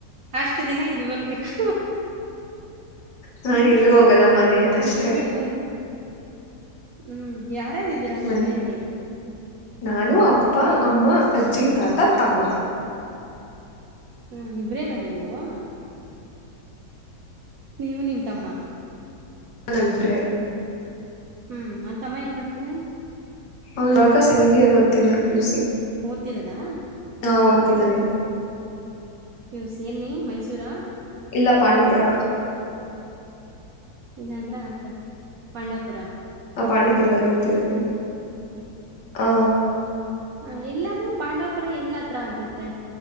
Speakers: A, on the right; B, on the left.
A: ಅಷ್ಟು ದಿನ ಇದ್ದು ಬರ್ಬೇಕು
B: ನಾ
A: ಹ್ಮ್
B: ಎಲ್ಲೂ ಹೋಗಲ್ಲ ಮನೆ
A: ಹಂಗ
B: ಅಷ್ಟೇ
A: ಇದ್ಬಿಟ್ಟು ಬಂದ್ರೆ ಹ್ಮ್ ಯಾರ್ಯಾರ ಇದ್ದೀರಾ ನಿಮ್ಮ್
B: ಮನೆ
A: ಮನೇಲಿ
B: ನಾನು ಅಪ್ಪ
A: ಹ್ಮ್
B: ಅಮ್ಮ ಅಜ್ಜಿ ತಾತ ತಮ್ಮ
A: ಹಾ ಇಬ್ರೇನಾ ನೀವುವಾ ನೀವು ನಿಮ್ಮ ತಮ್ಮ
B: ಹ
A: ಹ್ಮ್ ಅಂ ತಮ್ಮ ಏನ್ ಮಾಡ್ತೇನಿ
B: ಅವ್ನು ಇವಾಗ ಸೆಕೆಂಡ್ ಇಯರ್ ಓದ್ತಿದ್ದಾನನ್ ಪಿ ಯು ಸಿ
A: ಓದ್ತಿರೋದಾ
B: ಹಾ ಓದ್ತಿದ್ದಾನೆ
A: ಪಿ ಯು ಸಿ ಎಲ್ಲಿ ಮೈಸೂರ
B: ಇಲ್ಲ ಪಾಂಡಪುರಾ
A: ಇಲ್ಲಂದ್ರೆ ಆ ಕ ಪಾಂಡವಪುರ
B: ಪಂಡಪುರಾದಲಿ ತ ಓದತಿದಲ್ತ್ತ ಹಾ
A: ಹ ಎಲ್ಲದೂ ಪಾಂಡವಪುರ ಎಲ್ಲತ್ರ ಆಗತ್ತೆ